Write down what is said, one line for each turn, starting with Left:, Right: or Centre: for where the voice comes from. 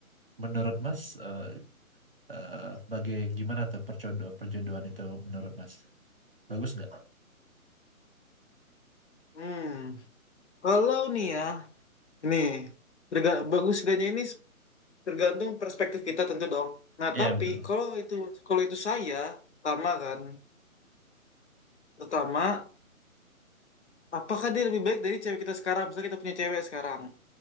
Right: menurut Mas, eh eh, bagai gimana tuh perjodohan, perjodohan itu menurut Mas? Bagus nggak?
Left: Hmm, kalau nih ya, nih, terga- bagus gaknya ini tergantung perspektif kita tentu dong. Nah,
Right: Iya
Left: tapi
Right: betul.
Left: kalau itu kalau itu saya, pertama kan, pertama, apakah dia lebih baik dari cewek kita sekarang? Misalnya kita punya cewek sekarang.